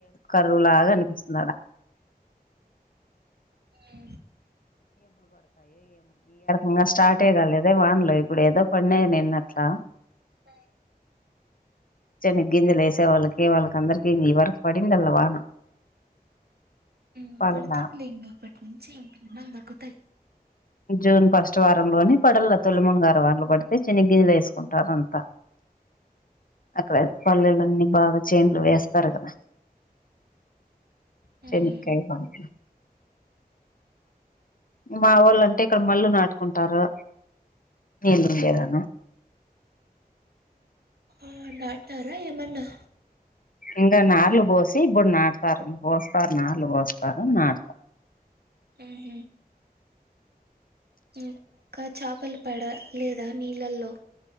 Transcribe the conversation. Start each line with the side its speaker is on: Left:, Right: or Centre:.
Left: కరువు లాగా అనిపిస్తుంది ఆడ
Right: ఆ
Left: ఇంగా స్టార్ట్ కాలేదే వాన్లో ఇప్పుడు ఏదో పడినాయి నిన్న అట్లా
Right: ఆ
Left: చ్చనిగ్ గింజలు వేసే వాళ్ళకి వాళ్ళకందరికీ నీ వరకి పడిండల్ల వాన
Right: ఉమ్
Left: పల్లా
Right: పడుతుంది ఇం అప్పటి నుంచి ఇంన్నల్ దగ్గుతాయ్
Left: జూన్ ఫస్ట్ వారంలోని పడల్ల తొలిముంగారు వానలు పడితే సెన్న గింజలు వేసుకుంటారు అంతా అక్కడ పల్లెలు అన్నీ బాగా చేన్లు వేస్తారు కదా
Right: మ్మ్
Left: చెనిక్కాయ్ పంట్లు మా వాళ్ళుంటే ఇక్కడ మళ్ళీ నాటుకుంటారు న లేదనా
Right: ఆ నాటారా ఏమన్నా
Left: ఇంకా నార్లు పోసి ఇప్పుడు నాడతారు ఇం పోస్తారు నార్లు పోస్తారు నాడతారు
Right: ఉహ్ ఇంకా చేపలు పడ లేదా నీళ్ళల్లో